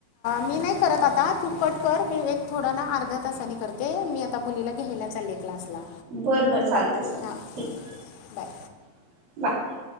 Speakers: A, on the left; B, on the right.
A: मी नाई करत आता तू कट कर मी एक थोडं ना अर्धा तासानी करते मी आता मुलीला घ्यायला चाल्लेय क्लासला
B: बर बर चालतेय चालतेय
A: हां
B: ठीके
A: बाय
B: बाय